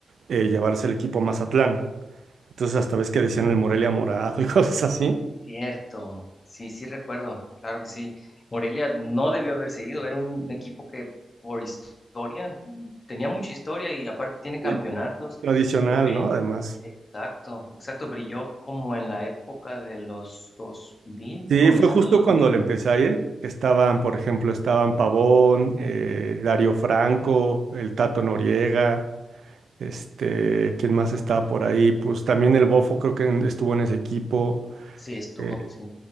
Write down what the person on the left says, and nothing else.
Cierto, sí, sí recuerdo, claro que sí. Morelia no debió haber seguido, era un equipo que por historia mm, tenía mucha historia y aparte tiene campeonatos,
eh, brilló,
exacto, exacto, brilló como en la época de los 2000,
eh, comenzando
los
2000,
sí estuvo,
sí,